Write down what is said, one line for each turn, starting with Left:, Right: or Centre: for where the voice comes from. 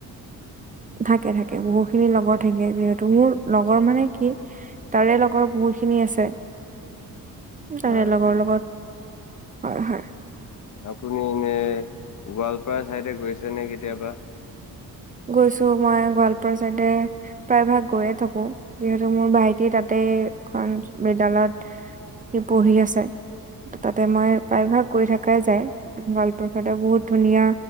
Right: থাকে থাকে, বহুতখিনি লগৰ থাকে, যিহেতু মোৰ লগৰ মানে কি তাৰে লগৰ বহু খিনি আছে,
Left: হয়,
Right: তাৰে লগৰ লগত, হয় হয়।
Left: আপুনি এনে গোৱালপাৰা চাইডে গৈছেনে কেতিয়াবা?
Right: গৈছোঁ মই গোৱালপাৰা চাইডে প্ৰায় ভাগ গৈয়ে থাকোঁ, যিহেতু মোৰ ভাইটি তাতে এখন বিদ্যালয়ত সি পঢ়ি আছে। ত' তাতে মই প্ৰায়ভাগ গৈ থাকাই যায়, গোৱালপাৰা খতে বহুত ধুনীয়া